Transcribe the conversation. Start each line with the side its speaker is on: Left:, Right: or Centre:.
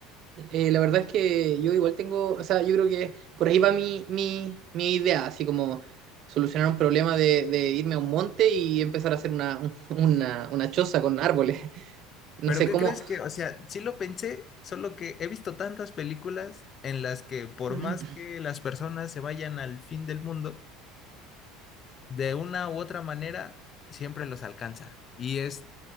Right: Eh, la verdad es que yo igual tengo, o sea, yo creo que por ahí va mi, mi, mi idea, así como solucionar un problema de, de irme a un monte y empezar a hacer una, <laughs> una, una choza con árboles. <laughs> No
Left: Pero
Right: sé
Left: ¿qué
Right: cómo...
Left: crees que, o sea, sí lo pensé, solo que he visto tantas películas en las que por
Right: <laughs>
Left: más que las personas se vayan al fin del mundo, de una u otra manera, siempre los alcanza. Y es